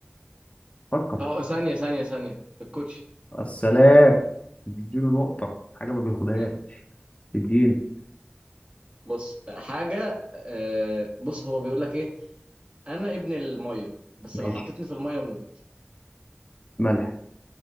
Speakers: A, on the left; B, on the right.
A: فكر
B: اه ثانية ثانية ثانية الكوتشي
A: السلام اديله نقطة حاجة ما بياخدهاش
B: جامد
A: اديني
B: بص حاجة آه بص هو بيقول لك إيه أنا ابن المية بس
A: ماشي
B: لو حطيتني في المية أموت
A: ملح